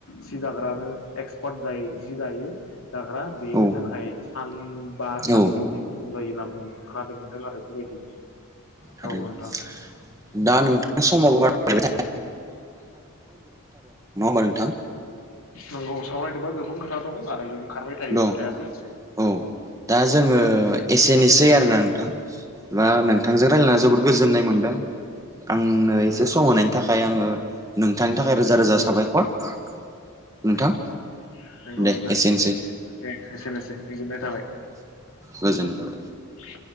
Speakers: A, on the left; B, on the right.
A: सि दाग्रानो एक्सपार्ट जायो जि दायो दाग्रा बेनो
B: औ
A: थाखाय सान बा सानद'
B: औ
A: बिदि नां गौ जायो होनना बुं खोनादों मोनदों आरो बेबायदि औ
B: थारैनो
A: नोंथां
B: दा नोंथां समासों बार <unintelligible>
A: नंगौ सावरायनोबा गोबां खोथा दं आरो ओंखारबाय थायो
B: दं
A: खोथायाबो
B: औ दा जोङो
A: नंगौ
B: एसेनोसै आरोना नोंथां बा
A: नंगौ
B: नोंथांजों रायलायना जोबोर गोजोननाय मोनदों । आंनो
A: नंगौ
B: एसे
A: नोंथांनिसिमबो
B: सम होनायनि थाखाय आङो नोंथांनि थाखाय रोजा रोजा साबायख'र नोंथां
A: नंगौ नंगौ
B: दे
A: नोंथां
B: एसेनोसै ।
A: दे एसेनोसै गोजोननाय थाबाय
B: गोजोननाय थाबाय
A: ।